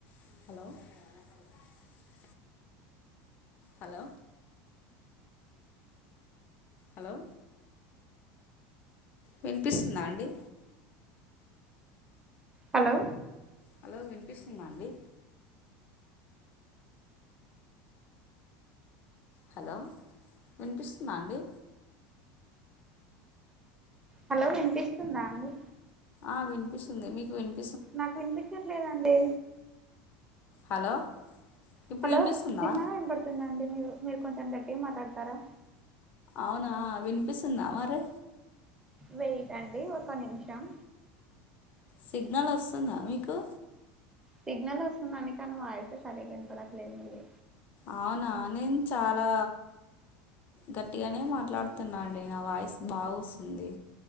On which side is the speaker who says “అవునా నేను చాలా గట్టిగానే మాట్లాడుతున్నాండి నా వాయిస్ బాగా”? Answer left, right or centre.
Left